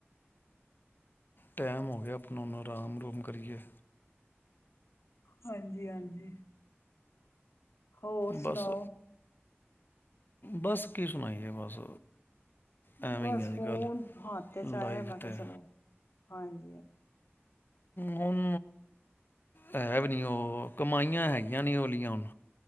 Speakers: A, on the left; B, on the left.
A: ਟੈਮ ਹੋ ਗਿਆ ਆਪਣਾ ਹੂਣ ਆਰਾਮ ਰੂਮ ਕਰੀਏ
B: ਹਾਂਜੀ ਹਾਂਜੀ ਹੋਰ
A: ਬਸ
B: ਸੁਣਾਓ
A: ਬਸ ਕੀ ਸੁਣਾਈਏ ਬਸ ਐਵੇਂ
B: ਬਸ
A: ਹੀ ਅੱਜ
B: ਹੁ
A: ਕੱਲ੍ਹ
B: ਹੱਥ ਤੇ ਚ ਆਇਆ
A: ਲਾਈਫ
B: ਮੈਂ ਕਿਹਾ
A: ਤੇ
B: ਚਲੋ ਹਾਂਜੀ
A: ਹੁਣ ਹੈ ਵੀ ਨੀ ਉਹ ਕਮਾਈਆਂ ਹੈਗੀਆਂ ਨੀ ੳਲੀਆਂ ਹੁਣ